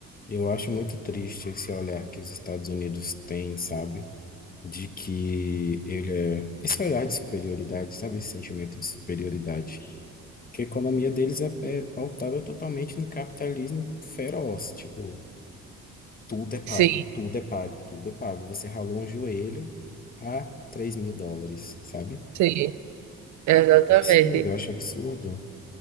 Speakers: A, on the left; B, on the right.
A: Eu acho muito triste esse olhar que os Estados Unidos têm, sabe? De que ele é... Esse olhar de superioridade, sabe? Esse sentimento de superioridade. Porque a economia deles é, é pautada totalmente no capitalismo feroz. Tipo, tudo é pago,
B: Sim,
A: tudo é pago, tudo é pago. Você ralou um joelho a 3 mil dólares, sabe?
B: sim. Exatamente.
A: Absurdo, eu acho absurdo.